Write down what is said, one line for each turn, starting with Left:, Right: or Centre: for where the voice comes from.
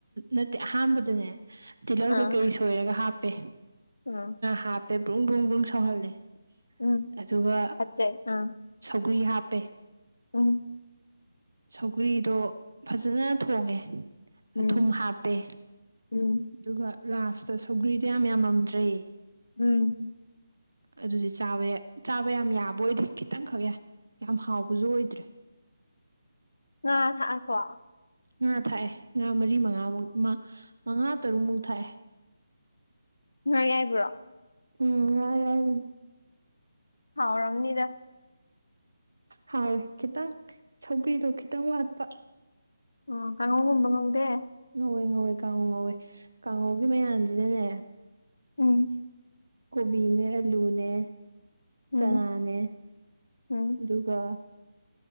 Right: ꯅꯠꯇꯦ ꯑꯍꯥꯟꯕꯗꯅꯦ ꯇꯤꯜꯍꯧ
Left: ꯑ
Right: ꯀꯩꯀꯩ ꯁꯣꯏꯔꯒ ꯍꯥꯞꯄꯦ
Left: ꯎꯝ
Right: ꯍꯥꯞꯄꯦ ꯕ꯭ꯔꯨꯡ ꯕ꯭ꯔꯨꯡ ꯕ꯭ꯔꯨꯡ ꯁꯧꯍꯜꯂꯦ
Left: ꯎꯝ
Right: ꯑꯗꯨꯒ
Left: ꯐꯠꯖꯩ ꯑ
Right: ꯁꯧꯒ꯭ꯔꯤ ꯍꯥꯞꯄꯦ
Left: ꯎꯝ
Right: ꯁꯧꯒ꯭ꯔꯤꯗꯣ ꯐꯖꯅ ꯊꯣꯡꯉꯦ
Left: ꯎꯝ
Right: ꯑꯊꯨꯝ ꯍꯥꯞꯄꯦ
Left: ꯎꯝ
Right: ꯑꯗꯨꯒ ꯂꯥꯁꯇ ꯁꯧꯒ꯭ꯔꯤꯗꯣ ꯌꯥꯝ ꯌꯥꯝꯃꯝꯗ꯭ꯔꯦ
Left: ꯎꯝ
Right: ꯑꯗꯨꯗꯤ ꯆꯥꯕ ꯆꯥꯕ ꯌꯥꯝ ꯌꯥꯕ ꯑꯣꯏꯗꯦ ꯈꯤꯇꯪꯈꯛ ꯌꯥꯏ ꯌꯥꯝ ꯍꯥꯎꯕꯁꯨ ꯑꯣꯏꯗ꯭ꯔꯦ
Left: ꯑ ꯊꯁꯣ
Right: ꯉꯥ ꯊꯥꯛꯑꯦ ꯉꯥ ꯃꯔꯤ ꯃꯉꯥꯃꯨꯛ ꯃꯉꯥ ꯇꯔꯨꯛꯃꯨꯛ ꯊꯥꯛꯑꯦ
Left: ꯉꯪꯉꯥꯏꯕ꯭ꯔꯣ
Right: ꯎꯝ ꯍꯥꯏ ꯍꯥꯏꯗꯤ
Left: ꯍꯥꯎꯔꯝꯅꯤꯗ
Right: ꯍꯥꯎꯋꯦ ꯈꯤꯇꯪ ꯁꯧꯒ꯭ꯔꯤꯗꯣ ꯈꯤꯇꯪ ꯋꯥꯠꯄ
Left: ꯑꯣ ꯀꯥꯡꯉꯧꯒꯨꯝꯕ ꯉꯧꯗꯦ
Right: ꯉꯧꯋꯏ ꯉꯧꯋꯏ ꯀꯥꯡꯉꯧ ꯉꯧꯏꯤ ꯀꯥꯡꯉꯧꯒꯤ ꯃꯌꯥꯝꯁꯤꯅꯅꯦ
Left: ꯎꯝ
Right: ꯀꯣꯕꯤꯅꯦ ꯑꯂꯨꯅꯦ
Left: ꯎꯝ
Right: ꯆꯅꯥꯅꯦ ꯑꯗꯨꯒ
Left: ꯎꯝ